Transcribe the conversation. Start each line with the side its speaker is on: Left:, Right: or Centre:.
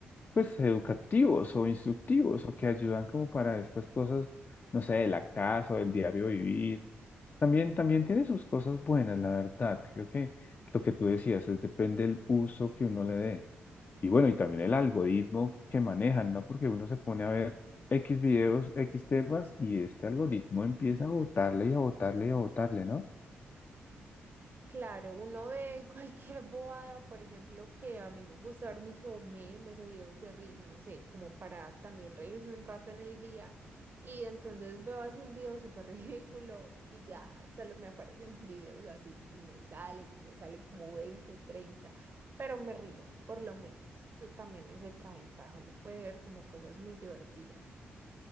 Left: pues educativos o instructivos o que ayudan como para estas cosas, no sé, de la casa o del diario vivir también, también tiene sus cosas buenas, la verdad. Creo que lo que tú decías es depende del uso que uno le dé. Y bueno, y también el algoritmo que manejan, ¿no? Porque uno se pone a ver X videos, X temas, y este algoritmo empieza a botarle y a botarle y a botarle, ¿no?
Right: Claro, uno ve <laughs> cualquier bobada, por ejemplo, que a mí me gusta ver mucho memes o videos de risa, no sé, como para también reírme un rato en el día. Y entonces veo así un video súper <laughs> ridículo y ya solo me aparecen <laughs> videos así y me salen y me salen como 20, 30, pero me río, por lo menos. Eso también es otra ventaja, uno puede ver como cosas muy divertidas.